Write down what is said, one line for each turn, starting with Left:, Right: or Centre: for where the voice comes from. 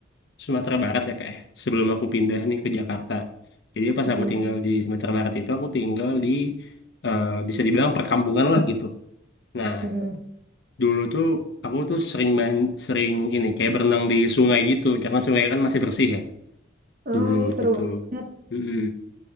Left: Sumatera Barat ya kayak sebelum aku pindah nih ke Jakarta. Jadi pas
Right: Mhm.
Left: aku tinggal di Sumatera Barat itu aku tinggal di eh, bisa dibilang perkampungan lah gitu. Nah,
Right: Mhm.
Left: dulu tuh aku tuh sering main sering ini kayak berenang di sungai gitu karena sungai kan masih bersih ya
Right: Oh,
Left: dulu
Right: ya seru
Left: gitu.
Right: banget.
Left: Mm-mm.